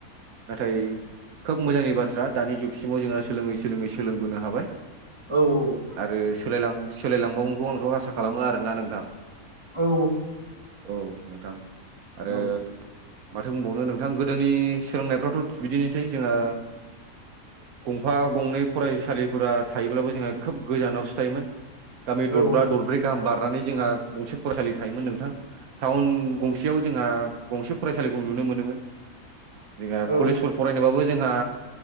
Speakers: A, on the right; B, on the right.
A: नाथाय खोब मोजांनि बाथ्रा दानि जुगसिमाव जोंहा सोलोङै सोलोङै सोलोंबोनो हाबाय
B: औ औ।
A: आरो सोलायलां सोलायलांबावगोनखौ आंथ' आसा खालामो आरोना नोंथां।
B: औ।
A: औ नोंथां आरो
B: औ औ
A: माथो बुंबावनो नोंथां गोदोनि सोलोंनायफ्राथ' बिदिनोसै जोंहा गंफा गंनै फरायसालिफोरा थायोब्लाबो जोंहा खोब गोजानावसो थायोमोन गामि दरबा
B: औ
A: दरब्रै गाहाम बारनानै जोंहा गंसे फरायसालि थायोमोन नोंथां टाउन गंसेयाव जोंहा गंसे फरायसालिखौ नुनो मोनोमोन। जोंहा
B: अ
A: कलेजफोर फरायनोबाबो जोंहा